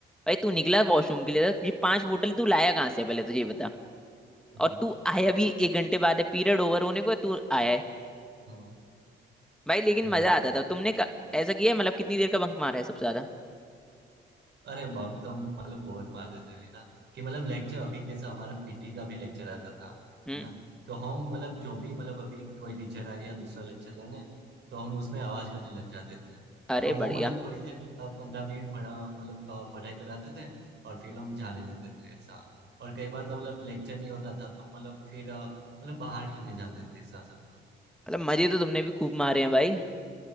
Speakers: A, in the centre; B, on the right.
A: भाई तू निकला वॉशरूम के लिए था, ये पांच बोतल तू लाया कहाँ से है, पहले तो ये बता
B: हाँ
A: और तू आया भी एक घंटे बाद है पीरियड ओवर होने को है, तू आया है
B: हाँ,
A: भाई लेकिन
B: हम्म
A: मजा आता था तुमने क- ऐसा किया है मतलब कितनी देर का बंक मारा है सबसे ज्यादा
B: अरे बग तो मतलब बहुत मारते थे है ना कि मतलब लेक्चर अभी कैसा हमारा पीटी का भी लेक्चर आता था
A: हम्म
B: है ना तो हम मतलब जो भी मतलब अभी कोई टीचर आए या दूसरा लेक्चर लेने तो हम उसमें आवाज करने लग जाते थे
A: अरे
B: तो
A: बढ़िया
B: वो मतलब थोड़ी देर पंद्रह मिनट पढ़ा मतलब अ, पढ़ाई कराते थे और फिर हम जाने देते थे ऐसा और कई बार तो मतलब लेक्चर नहीं होता था तो मतलब फिर अ, मतलब बाहर खेलने जाते थे ऐसा सब कुछ
A: मतलब मजे तो तुमने भी खूब मारे हैं भाई